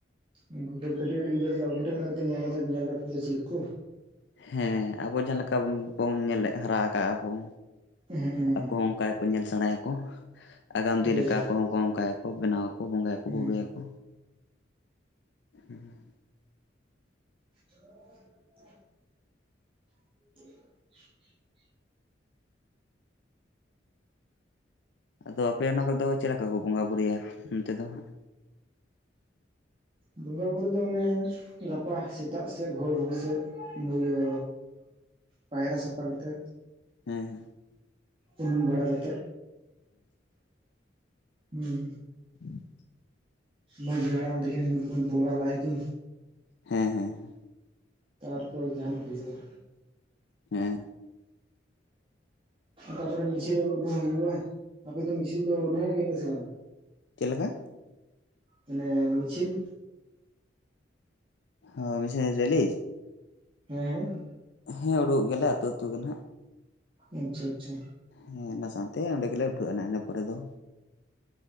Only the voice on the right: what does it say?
ᱩᱱᱠᱩ ᱠᱟᱹᱴᱤᱡ ᱠᱟᱹᱴᱤᱡ ᱜᱤᱫᱽᱨᱟᱹ ᱫᱚ ᱟᱵᱩ ᱴᱷᱮᱱ ᱠᱟᱛᱮ ᱧᱮᱞ ᱠᱟᱛᱮᱫ ᱫᱚ ᱪᱮᱫ ᱠᱚ
ᱦᱮᱸ
ᱦᱳᱭ
ᱦᱳᱭ
ᱦᱩᱸ
ᱦ <unintelligible> ᱦ <inaudible>
ᱵᱚᱸᱜᱟ ᱵᱩᱨᱩ ᱫᱚ ᱚᱱᱮ ᱜᱟᱯᱟ ᱥᱮᱛᱟᱜ ᱥᱮᱫ ᱵᱷᱳᱨ ᱵᱷᱳᱨ ᱥᱮᱫ ᱤᱭᱟᱹ ᱯᱟᱭᱨᱟ ᱥᱟᱯᱟ ᱠᱟᱛᱮ
ᱩᱱᱩᱢ ᱵᱟᱲᱟ ᱠᱟᱛᱮᱜ ᱦᱩᱸ
ᱢᱟᱺᱡᱷᱤ ᱦᱟᱲᱟᱢ ᱛᱟᱠᱤᱱ ᱵᱚᱸᱜᱟ ᱞᱟᱦᱟ ᱟᱠᱤ
ᱛᱟᱨᱯᱚᱨᱮ ᱡᱟᱦᱱᱟᱜ ᱦᱩᱭᱩᱜᱼᱟ
ᱛᱟᱯᱚᱨᱮ ᱢᱤᱥᱤᱞ ᱩᱰᱩᱠᱚᱜ ᱦᱩᱭᱩᱜᱼᱟ ᱟᱯᱮ ᱫᱚ ᱢᱤᱥᱤᱞ ᱫᱚ ᱩᱰᱩᱠᱚᱜ ᱜᱮᱯ ᱥᱮ ᱵᱟᱝ
ᱢᱟᱱᱮ ᱢᱤᱪᱤᱞ
ᱦᱮᱸ ᱦᱮᱸ
ᱟᱪᱪᱷᱟ ᱟᱪᱪᱷᱟ